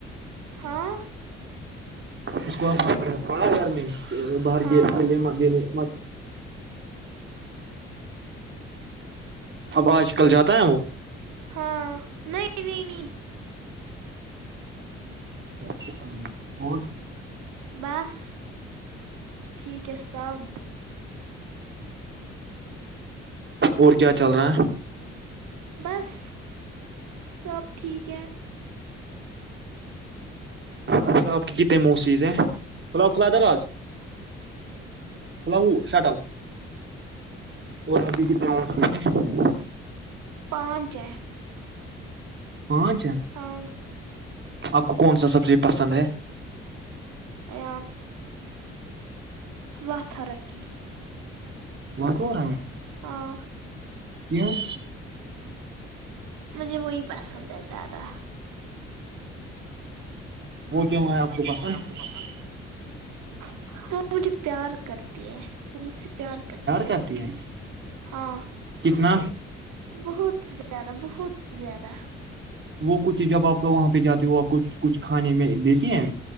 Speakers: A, on the right (about 70°); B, on the right (about 35°).
A: ہاں
B: اس کو پناا گھر میں بار
A: ہاں
B: م اب آج کل جاتا ہے وہ
A: ہاں نہیں نہیں نہیں
B: اچھا اچھا جی اور
A: بس ٹھیک ہے سب
B: اور کیا چل رہا ہے
A: بس سب ٹھیک ہے
B: اچھا آپ کی کتنی موس چیزیں کلاؤ کھلا در آج کھلا ہو شٹل اور آپ کی کتنے م چیز ہیں
A: پانچ ہے
B: پانچ
A: ہاں
B: آپ کو کون سا سبزی پسند ہے
A: ا واترکی <unintelligible>
B: وہ کو رہا میں ہے <unintelligible>
A: ہاں
B: کیا <unintelligible>
A: مجھے وہی پسند ہے زیادہ
B: وہ کیوں ہے آپ
A: وہ
B: کو
A: کی ہوا
B: پسند
A: ہے آپ کو پسند <unintelligible> وہ مجھے پیار کرتی ہے وہ مجھ سے پیار کرتے ہیں
B: کرتی
A: بہت
B: ہے
A: ہاں
B: کتنا
A: بہت زیادہ بہت زیادہ
B: وہ کچھ جب آپ کو وہاں پہ جاتی ہوپ کچھ کچھ کھانے میں دیتی ہیں